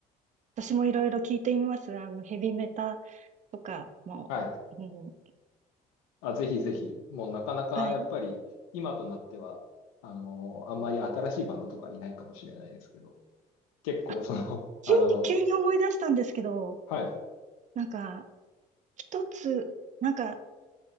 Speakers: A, on the right; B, on the left.
A: 私もいろいろ聞いてみます。あの、ヘビメタとかも。
B: はい。
A: うん。
B: あ、ぜひぜひ、もうなかなかやっぱり、
A: はい。
B: 今となっては、あの、あんまり新しいバンドとかいないかもしれないですけど、結構その、
A: あ、急に、
B: あの、
A: 急に思い出したんですけど、
B: はい。
A: なんか、一つ、なんか、